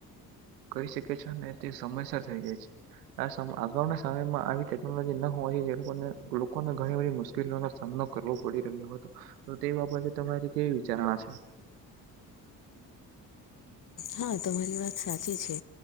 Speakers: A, on the right; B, on the left.
A: કહી શકીએ છીએ ને તે સમયસર થઇ જાય છે આ સમ અગાઉના સમયમાં આવી ટેકનોલોજી ન હોય જો તે લોકોને લોકોને ઘણી બધી મુશ્કેલીઓનો સામનો કરવો પડી રહ્યો હતો તો તે બાબતે તમારી કેવી વિચારણા છે
B: હા તમારી વાત સાચી છે